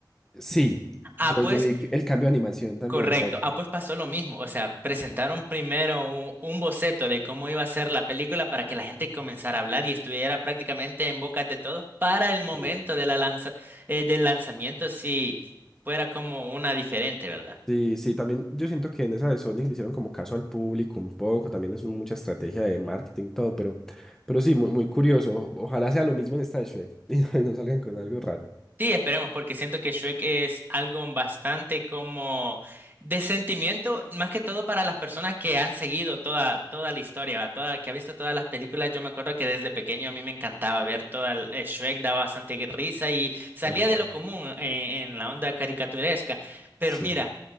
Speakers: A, in the centre; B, on the right.
A: Sí,
B: Ah,
A: yo,
B: pues
A: yo vi que el cambio de animación también,
B: Correcto.
A: exacto.
B: Ah, pues pasó lo mismo. O sea, presentaron primero un, un boceto de cómo iba a ser la película para que la gente comenzara a hablar y estuviera prácticamente en bocas de todos para el momento
A: Sí,
B: de la lanza- eh, del lanzamiento, si fuera como una diferente, ¿verdad?
A: sí, sí, también yo siento que en esa de Sonic le hicieron como caso al público un poco, también es mucha estrategia de marketing, todo, pero, pero sí, muy, muy curioso. o- Ojalá sea lo mismo en esta de Shrek <laughs> y no, y no salgan con algo raro.
B: Sí, esperemos, porque siento que Shrek es algo bastante como de sentimiento, más que todo para las personas que han seguido toda, toda la historia, ¿va? toda, que ha visto todas las películas. Yo me acuerdo que desde pequeño a mí me encantaba ver toda el, eh, Shrek, daba bastante risa y salía
A: Ajá,
B: de lo común eh, en la onda caricaturesca. Pero
A: sí.
B: mira,